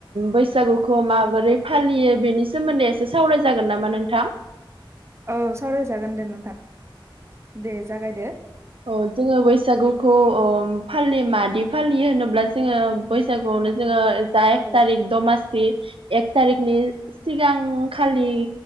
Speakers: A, on the right (about 85°); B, on the right (about 30°).
A: बैसागु खौ माबोरै फालियो बेनि सोमोन्दै एसे सावराय जागोन नामा नोंथां?
B: औ सावरायजागोन दे नोंथां दे जागायदो।
A: औ जोङो बैसागुखौ ओ फालियो मादै फालियो होनोब्ला जोङो बैसागुआवनो जोङो जा
B: औ
A: एक थारिख दमा <inaudible> एक थारिखनि सिगां खालि